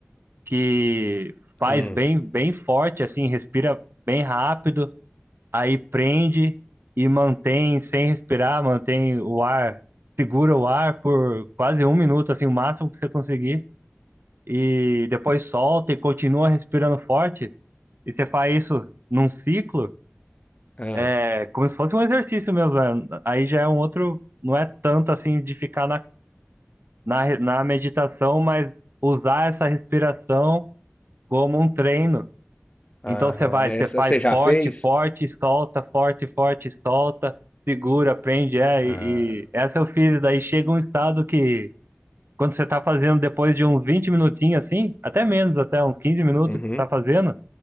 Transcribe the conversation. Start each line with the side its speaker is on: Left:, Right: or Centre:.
Right: que faz
Left: hum,
Right: bem, bem forte, assim, respira bem rápido, aí prende e mantém sem respirar, mantém o ar, segura o ar por quase um minuto, assim, o máximo que você conseguir, e depois solta e continua respirando forte, e você faz isso num ciclo,
Left: ah,
Right: é como se fosse um exercício mesmo, né? Aí já é um outro, não é tanto assim de ficar na, na, na meditação, mas usar essa respiração como um treino
Left: aham.
Right: Então você vai,
Left: Essa
Right: você faz
Left: você já
Right: forte,
Left: fez?
Right: forte, solta, forte, forte, solta, segura, prende, é,
Left: Ah,
Right: e, e essa eu fiz, daí chega um estado que quando você tá fazendo depois de uns 20 minutinhos assim, até menos, até uns quinze minutos
Left: uhum,
Right: que você tá fazendo,